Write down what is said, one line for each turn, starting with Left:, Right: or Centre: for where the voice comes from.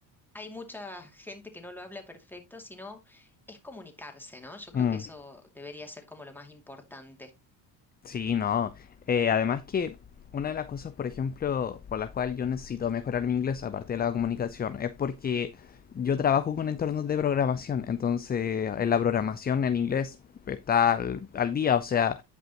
Centre: hay mucha gente que no lo habla perfecto, sino es comunicarse, ¿no? Yo creo
Left: mm.
Centre: que eso debería ser como lo más importante.
Left: Sí, no. Eh, además que una de las cosas, por ejemplo, por la cual yo necesito mejorar mi inglés, aparte de la comunicación, es porque yo trabajo con entornos de programación. Entonces, en la programación el inglés está al, al día. O sea,